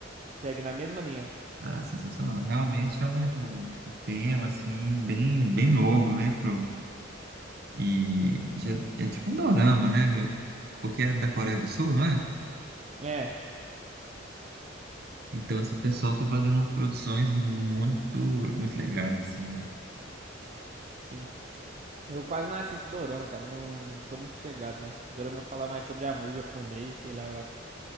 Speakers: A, on the right; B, on the right.
A: Segue na mesma linha.
B: Ah, sensacional. Realmente é um um tema, assim, bem, bem novo, né? Pro... E já- é tipo um dorama, né? Porque é da Coreia do Sul, não é?
A: É,
B: Então esse pessoal tá fazendo umas produções muito, muito legais, assim, né?
A: sim. Eu quase não assisto dorama, cara. Não sou muito chegado, né? Dorama fala mais sobre amor japonês, sei lá, eu acho.